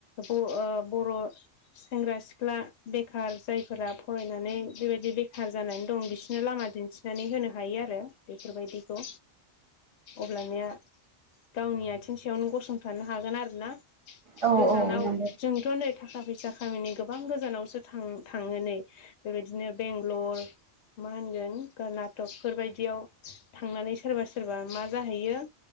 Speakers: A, on the left; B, on the right.
A: ब ओ बर' सेंग्रा सिख्ला बेखार जायफोरा फरायनानै बेबायदि बेखार जानानै दं। बिसोरनो लामा दिन्थि नानै होनो हायो आरो। बेफोरबायदिखौ अब्लानिया गावनि आथिं सायावनो गसंथानो हागोन आरो ना।
B: औ
A: गोजानाव
B: औ नंगौ
A: जोंथ' नै थाखा फैसा खामिनि गोबां गोजानावसो थां थाङो नै। बेबायदिनो बेंगलर मा होनगोन कर्नाटकफोरबायदियाव थांनानै सोरबा सोरबा मा जाहैयो।